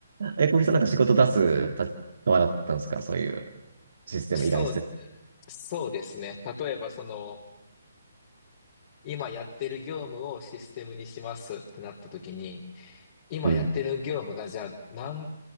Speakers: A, on the right (about 60°); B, on the left (about 35°).
A: え、小平さんなんか仕事出すた側だったんですかそういうシステム依頼する。
B: そう、そうですね。例えばその、今やってる業務をシステムにしますってなった時に、今やってる業務がじゃあ何、
A: うん。